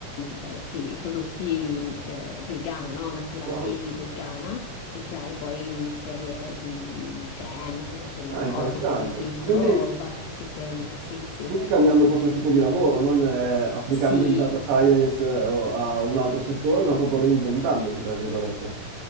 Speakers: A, on the left; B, on the right.
A: eh, sì, prodotti eh, del Ghana, no? Naturali
B: Wow.
A: del Ghana e creare poi una serie di creme per il
B: Ah,
A: corpo,
B: interessante.
A: per il viso,
B: Quindi,
A: basate su quello, sì, sì.
B: quindi cambiando proprio tipo di lavoro, non eh, applicando
A: Sì,
B: il data science eh, o a un altro settore, ma proprio reinventandoti, tra virgolette.